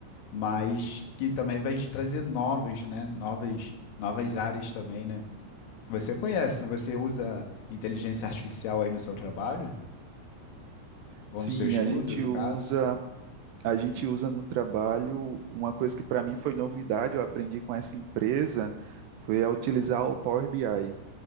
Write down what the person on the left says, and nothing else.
mas que também vai te trazer novas, né, novas, novas áreas também, né? Você conhece, você usa inteligência artificial aí no seu trabalho? Ou
no seu estudo,
no
caso?